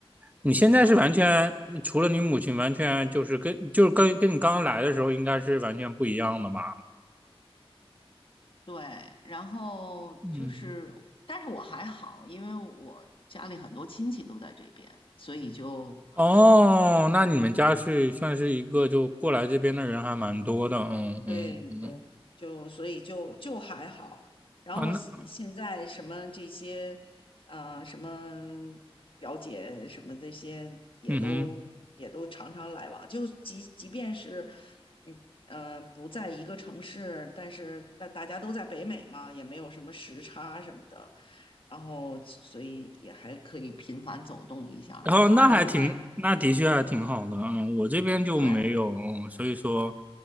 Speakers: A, on the right; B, on the left.
A: 你现在是完全除了你母亲，完全就是跟就是跟跟你刚来的时候应该是完全不一样的吧？
B: 对。然后就是，
A: 嗯
B: 但是我还好，因为我家里很多亲戚都在这边，所以就还好。
A: 哦，那你们家是算是一个就过来这边的人还蛮多的，
B: 嗯。
A: 嗯嗯嗯，
B: 对对，就所以就就还好。然后现现在什么这些，
A: 啊那
B: 呃，什么表姐什么这些也都也都常常来往。
A: 嗯哼，
B: 就即即便是，嗯呃，不在一个城市，但是大大家都在北美嘛，也没有什么时差什么的，然后所以也还可以频繁走动一下儿然后另外，
A: 然后那还挺，那的确还挺好的，嗯，我这边就没有，
B: 对，
A: 嗯所以说